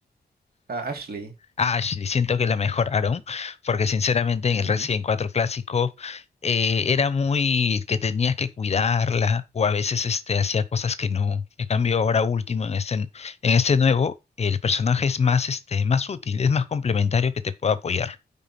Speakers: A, on the right; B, on the left.
A: Ah, Ashley.
B: Ashley, siento que la mejoraron, porque sinceramente
A: Ujú,
B: en el Resident cuatro clásico eh, era muy que tenías que cuidarla o a veces este, hacía cosas que no. En cambio, ahora último, en este, en este nuevo, el personaje es más, este, más útil, es más complementario que te puede apoyar.